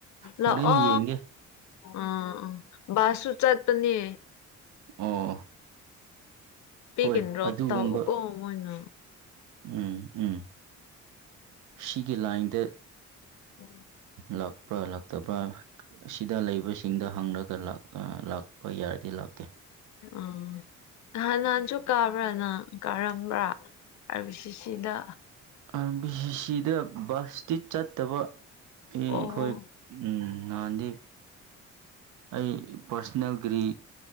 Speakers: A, on the left; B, on the right.
A: ꯂꯥꯛꯑꯣ
B: ꯍꯣꯔꯦꯟ ꯌꯦꯡꯒꯦ
A: ꯎꯝ ꯎꯝ ꯕꯥꯁꯁꯨ ꯆꯠꯄꯅꯦ
B: ꯑꯣ
A: ꯄꯤꯛ
B: ꯍꯣꯏ
A: ꯑꯦꯟ ꯗ꯭ꯔꫭꯞ
B: ꯑꯗꯨꯒꯨꯝꯕ
A: ꯇꯧꯕꯀꫭ ꯃꫭꯏꯅ
B: ꯎꯝ ꯎꯝ ꯁꯤꯒꯤ ꯂꯥꯏꯟꯗ
A: <inaudible>
B: ꯂꯥꯛꯄ꯭ꯔꯥ ꯂꯥꯛꯇꯕ꯭ꯔꯥ ꯑꯁꯤꯗ ꯂꯩꯕꯁꯤꯡꯗ ꯍꯪꯂꯒꯥ ꯂꯥꯛ ꯑ ꯂꯥꯛꯄ ꯌꯥꯔꯗꯤ ꯂꯥꯛꯀꯦ
A: ꯎꯝ ꯅꯍꯥꯟ ꯅꯍꯥꯟꯁꯨ ꯀꯥꯕ꯭ꯔꯥ ꯅ ꯀꯥꯔꯝꯕ꯭ꯔꯥ ꯑꯥꯔ ꯕꯤ ꯁꯤꯁꯤꯗ
B: <unintelligible> ꯕꯤ ꯁꯤ ꯁꯤꯗ ꯕꯁꯇꯤ ꯆꯠꯇꯕ ꯑꯩꯈꯣꯏ
A: ꯑꯣ
B: ꯎꯝ ꯉꯥꯟꯗꯤ ꯑꯩ ꯄꯥꯔꯁꯣꯅꯦꯜ ꯒꯥꯔꯤ